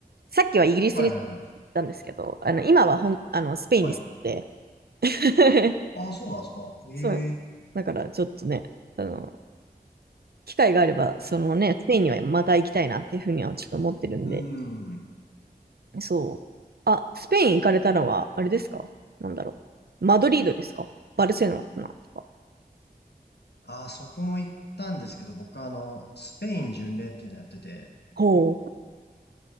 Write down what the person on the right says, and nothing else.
さっきはイギリスに行ったんですけど、
あの、今はほん、あの、スペインに住んで、
<laughs>
そう。だからちょっとね、あの、機会があれば、そのね、スペインにはまた行きたいなっていうふうにはちょっと思ってるんで、
そう。あ、スペイン行かれたのは、あれですかなんだろう。マドリードですかバルセロナとか。
ほう。